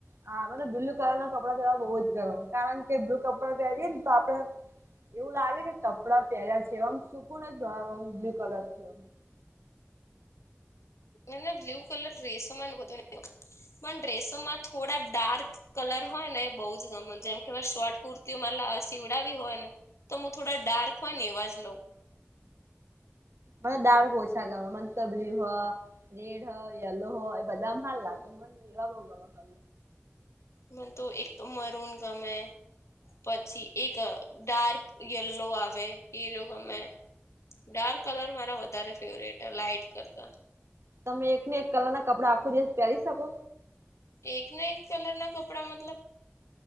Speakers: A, on the right (about 65°); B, on the left (about 85°).
A: હા મને બ્લુ કલર ના કપડાં પહેરવા બહુ જ ગરમ કારણ કે, બ્લુ કપડાં પહેરીએ ને તો આપડે એવું લાગે કે કપડાં પહેર્યા છે, એમ સૂકુંન નો બ્લુ કલર થી ઓમ.
B: એને બ્લુ કલર ડ્રેસો માં બધું ન પણ ડ્રેસો માં થોડા ડાર્ક. કલર હોય ને એ બહુ જ જેમ કે શોર્ટ કુર્તીઓ મા સીવડાવી હોય ને તો હું થોડા ડાર્ક હોય ને એવા જ લઉં.
A: મને ડાર્ક ઓછા ગમે મ તો બ્લુ હો રેડ હ યલો હોય એ બધામ હાલ લાગુ. એવા બોાવા ખ
B: મ તો એક મરન ગમૈ પછી એક ડાર્ક યલો આવે એ જો ગમે. ડાર્ક કલર મારા વધારે ફેવરેટ લાઈટ કરતા.
A: તમે એકને એક કલર ના કપડા આખો જે પહેરી શકો.
B: એક ના એક કલર ના કપડા મતલબ